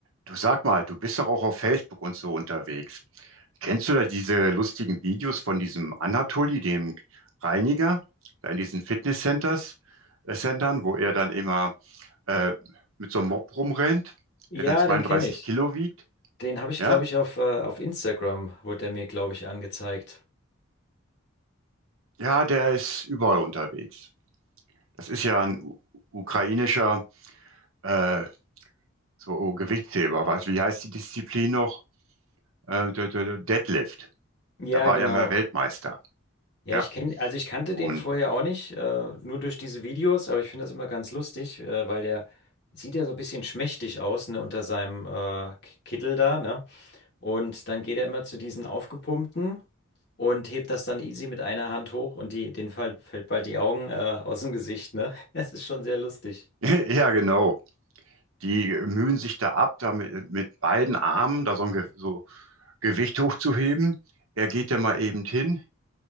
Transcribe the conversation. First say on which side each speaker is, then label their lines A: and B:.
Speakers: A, on the right; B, on the left.
A: Du sag mal, du bist doch auch auf Facebook und so unterwegs. Kennst du da diese lustigen Videos von diesem Anatoli, dem Reiniger, da in diesen Fitnesscenters, äh, Centern, wo er dann immer äh, mit so einem Mob rumrennt,
B: Ja,
A: der dann 32
B: den kenne ich.
A: Kilo wiegt?
B: Den habe ich,
A: Ja,
B: glaube ich, auf, äh, auf Instagram wurde der mir, glaube ich, angezeigt.
A: ja, der ist überall unterwegs. Das ist ja ein u- ukrainischer äh, so Gewichtsheber. Was, wie heißt die Disziplin noch? Äh, der, der, der Deadlift.
B: Ja,
A: Da war
B: genau.
A: er mal Weltmeister.
B: Ja,
A: Ja,
B: ich kenne, also ich kannte
A: und
B: den vorher auch nicht, äh, nur durch diese Videos, aber ich finde das immer ganz lustig, äh, weil der sieht ja so ein bisschen schmächtig aus, ne, unter seinem äh, K- Kittel da, ne? Und dann geht er immer zu diesen aufgepumpten und hebt das dann easy mit einer Hand hoch und die, den fall, fällt bald die Augen äh, aus dem Gesicht, ne? <laughs> Das ist schon sehr lustig.
A: <laughs> ja, genau. Die äh, mühen sich da ab, da mit, mit beiden Armen da so ein Ge so Gewicht hochzuheben. Er geht da mal eben hin,